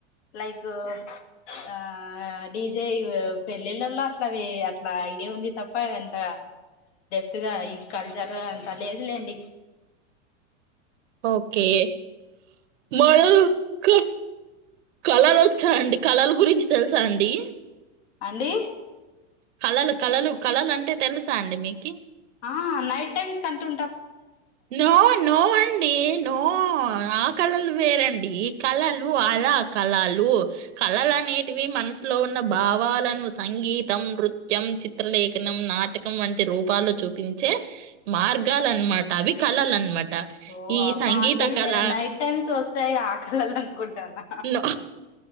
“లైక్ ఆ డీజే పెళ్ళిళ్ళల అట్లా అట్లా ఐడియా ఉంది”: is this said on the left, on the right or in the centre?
Left